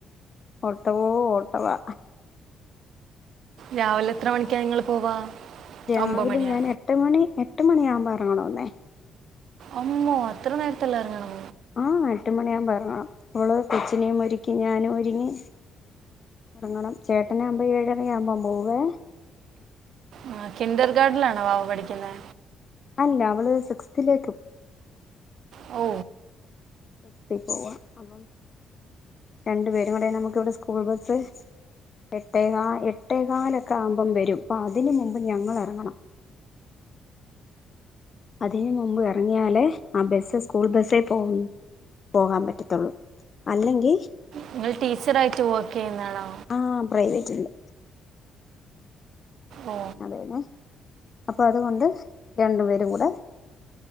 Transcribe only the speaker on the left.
ഓട്ടം ഓ ഓട്ടവാ
രാവിലെ
ഞാൻ എട്ട് മണി എ എട്ട് മണിയാവുമ്പൊ എറങ്ങണോന്നെ
ആഹ എട്ട് മണിയാവുമ്പൊ എറങ്ങണം ഓള് കൊച്ചിനെയും ഒരുക്കി ഞാനും ഒരുങ്ങി എറങ്ങണം ചേട്ടനാവുമ്പോ ഏഴരയാവുമ്പൊ മ്പോവേ
അല്ല അവള് സിക്സ്ത്തിലേക്കും
സ്തി പോവാ അപ്പം രണ്ടു പേരും കൂടെ നമുക്കിവിടെ സ്കൂൾ ബസ് എട്ടേക എട്ടേകാലൊക്ക ആമ്പം വരും അപ്പൊ അതിന് മുമ്പ് ഞങ്ങൾ എറങ്ങണം അതിനു മുമ്പ് എറങ്ങിയാലേ ആ ബസ് സ്കൂൾ ബസ്സേ പോ പോകാൻ പറ്റത്തൊള്ളു അല്ലെങ്കി
ആ <inaudible>
അതെന്നെ അപ്പൊ അതുകൊണ്ട് രണ്ടു പേരും കൂടെ